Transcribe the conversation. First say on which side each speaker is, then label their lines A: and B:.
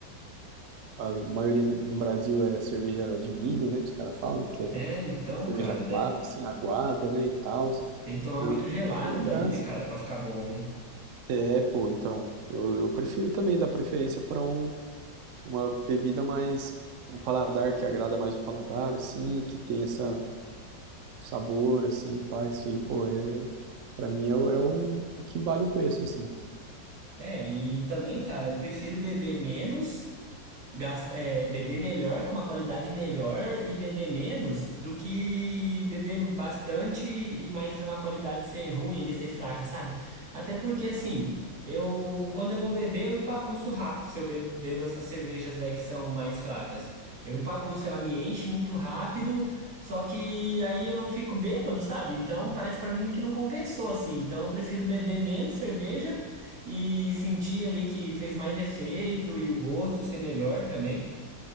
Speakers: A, on the right; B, on the right.
A: a maioria no Brasil é cerveja de milho, né, que os caras falam,
B: É, então,
A: uma cerveja
B: cara, daí
A: clara, assim, aguada, né, e tal.
B: tem que tomar
A: Não,
B: muito gelado
A: não tem nem
B: daí,
A: graça.
B: né, cara, pra ficar bom, né?
A: É, pô, então, eu, eu prefiro também dar preferência para um, uma bebida mais, um paladar que agrada mais o paladar, assim, que tem essa sabor, assim, pá, isso aí, pô, é, para mim é, o, é o, o que vale o preço, assim.
B: É, e também, cara, eu prefiro beber menos gas- é, beber melhor, com uma qualidade melhor e beber menos do que beber bastante e mais uma qualidade ser ruim, ele ser fraca, sabe? Até porque assim, eu quando eu vou beber, eu empapuço rápido se eu be- bebo essas cervejas aí que são mais fracas. Eu empapuço, ela me enche muito rápido, só que aí eu não fico bêbado, sabe? Então parece pra mim que não compensou assim. Então eu prefiro beber menos cerveja e sentir ali que fez mais efeito e o gosto ser melhor também,